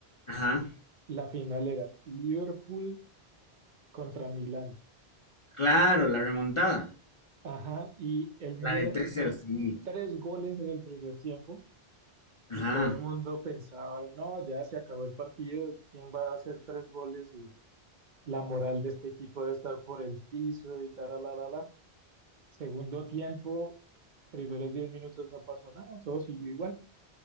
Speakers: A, on the left; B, on the right.
A: Ajá,
B: La final era Liverpool contra Milán.
A: claro, la remontada,
B: Ajá, y el Milan
A: la del 3-0,
B: hizo
A: sí.
B: tres goles en el primer tiempo
A: Ajá.
B: Y todo el mundo pensaba, no, ya se acabó el partido, ¿quién va a hacer tres goles? Y la moral de este equipo debe estar por el piso y tal, la, la, la. Segundo tiempo, primeros 10 minutos no pasó nada, todo siguió igual.